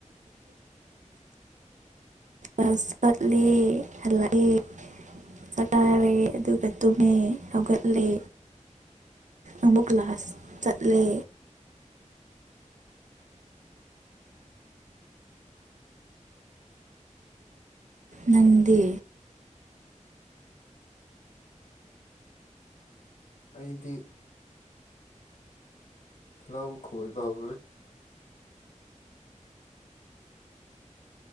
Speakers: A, on the right; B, on the left.
A: ꯂꯥꯁ ꯀꯠꯂꯦ ꯍꯜꯂꯛꯑꯦ ꯆꯇꯥꯔꯦ ꯑꯗꯨꯒ ꯇꯨꯝꯃꯦ ꯍꯧꯒꯠꯂꯦ ꯑꯃꯨꯛ ꯂꯥꯁ ꯆꯠꯂꯦ ꯅꯟꯗꯤ
B: ꯑꯩꯗꯤ ꯍꯂꯎ ꯈꯣꯣꯏꯕ ꯍꯔꯦ